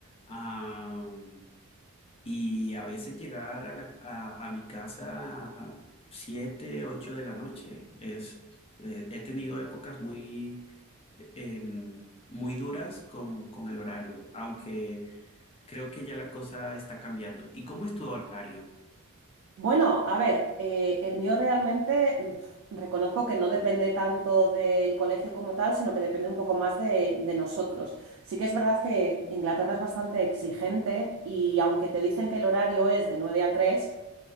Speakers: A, on the left; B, on the right.
A: am, y a veces llegar a, la- a, a mi casa a 7, 8 de la noche. Es, eh, he tenido épocas muy em, muy duras con, con el horario, aunque creo que ya la cosa está cambiando. ¿Y cómo es tu horario?
B: Bueno, a ver, eh, el mío realmente mm, reconozco que no depende tanto del colegio como tal, sino que depende un poco más de, de nosotros. Sí que es verdad que Inglaterra es bastante exigente y aunque te dicen que el horario es de 9 a 3